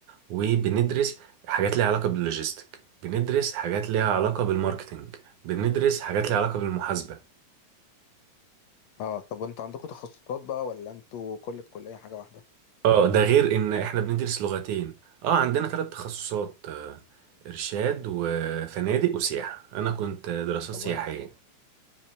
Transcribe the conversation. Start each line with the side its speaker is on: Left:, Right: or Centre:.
Right: وبندرس حاجات ليها علاقة باللوجيستيك بندرس حاجات ليها علاقة بالماركتينج بندرس حاجات ليها علاقة بالمحاسبة
Left: آه طب وأنتوا عندكم تخصصات بقى ولا أنتوا كل الكلية حاجة واحدة؟
Right: اه ده غير ان احنا بندرس لغتين اه عندنا ثلاث تخصصات آه، ارشاد وفنادق وسياحة انا كنت دراسات
Left: طب
Right: سياحية
Left: وأنت